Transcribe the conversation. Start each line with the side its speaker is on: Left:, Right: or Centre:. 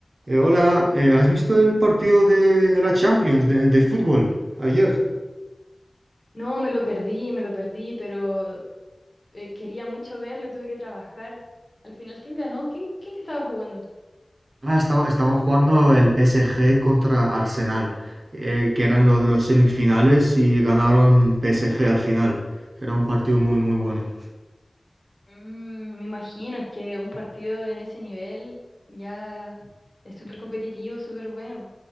Right: Eh, hola, eh, ¿has visto el partido de, de la Champions de, de fútbol ayer?
Left: No, me lo perdí, me lo perdí, pero eh, quería mucho verlo y tuve que trabajar. Al final, ¿quién ganó? ¿Quién, quién estaba jugando?
Right: Ah, estaba, estaban jugando el PSG contra Arsenal, eh, que eran los, los semifinales y ganaron PSG al final. Era un partido muy, muy bueno.
Left: Mm, me imagino, es que un partido en ese nivel ya es súper competitivo, súper bueno.